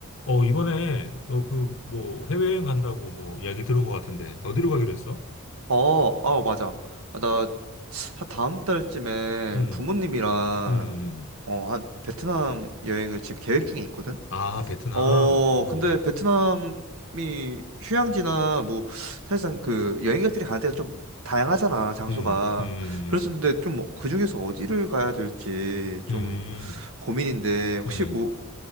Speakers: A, on the left; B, on the right.
A: 어, 이번에 너 그 뭐 해외여행 간다고 뭐 이야기 들은 것 같은데 어디로 가기로 했어?
B: 어, 아, 맞아. 아, 나 하- 다음 달쯤에
A: 음,
B: 부모님이랑
A: 음, 음. 음.
B: 어, 한 베트남 여행을 지금 계획 중에 있거든.
A: 아, 베트남.
B: 어,
A: 어, 어.
B: 근데 베트남이 휴양지나 뭐 사실상 그 여행객들이 가는 데가 좀 다양하잖아, 장소가.
A: 음, 음,
B: 그래서 근데 좀 그 중에서 어디를 가야 될지 좀
A: 음,
B: 고민인데 혹시
A: 음, 음.
B: 뭐